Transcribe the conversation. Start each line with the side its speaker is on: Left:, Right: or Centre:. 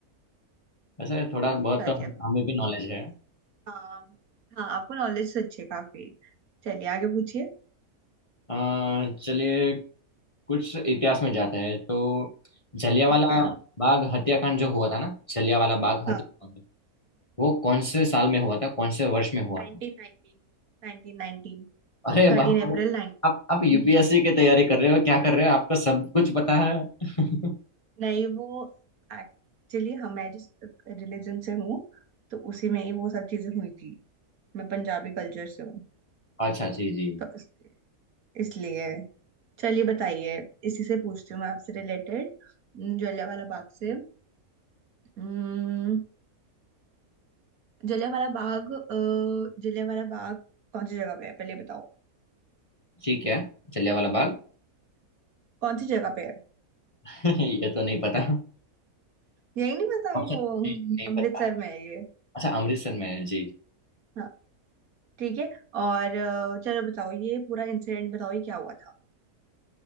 Left: ऐसा थोड़ा बहुत
Right: चलिए
Left: तो हम- हमें भी नॉलेज है
Right: हाँ हाँ आपको नॉलेज अच्छी है काफी चलिए आगे पूछिए
Left: अ, चलिए कुछ इतिहास में जाते हैं तो जलियांवाला
Right: ठीक है
Left: बाग हत्याकांड जो हुआ था ना जलियांवाला बाग हत्याकांड
Right: हाँ
Left: वो कौन से साल में हुआ था कौन से वर्ष में हुआ
Right: nineteen
Left: था
Right: nineteen nineteen nineteen
Left: अरे
Right: Thirteen
Left: बाप
Right: April
Left: रे
Right: nineteen
Left: आप आप यूपीएससी की तैयारी कर रहे हो क्या कर रहे हो आपको सब कुछ पता है <laughs>
Right: नहीं वो एक्चुअली हम मैं जिस रिलीजन से हूँ तो उसी में ही वो सब चीजें हुई थी मैं पंजाबी कल्चर से हूँ
Left: अच्छा जी जी
Right: तो इस- इसलिए चलिए बताइए इसी से पूछती हूँ मैं आपसे रिलेटेड जलियांवाला बाग से अम्म, जलियांवाला बाग अ, जलियांवाला बाग कौन सी जगह पे है पहले बताओ
Left: ठीक है जलियांवाला बाग
Right: कौन सी जगह पे है
Left: <laughs> ये तो नहीं पता
Right: यही नहीं पता
Left: अच्छा
Right: आपको
Left: जी, नहीं
Right: अमृतसर
Left: पता
Right: में है ये
Left: अच्छा अमृतसर में है जी
Right: हाँ ठीक है और अ, चलो बताओ ये पूरा इंसिडेंट बताओ ये क्या हुआ था